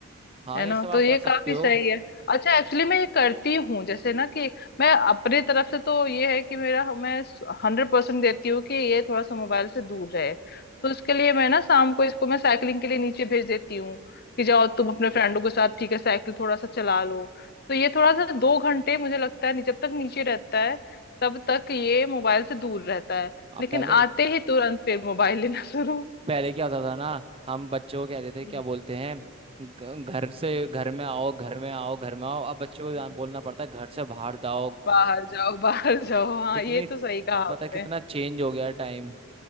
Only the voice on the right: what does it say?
हाँ
ये
सब आप
कर सकते
हो
आप
पहले
पहले क्या होता था ना हम बच्चों को कहते थे
क्या बोलते हैं ग- घर से घर में आओ घर में आओ घर में आओ अब बच्चों को जा-
बोलना पड़ता है घर से बाहर जाओ
कितनी
पता है कितना चेंज हो गया टाइम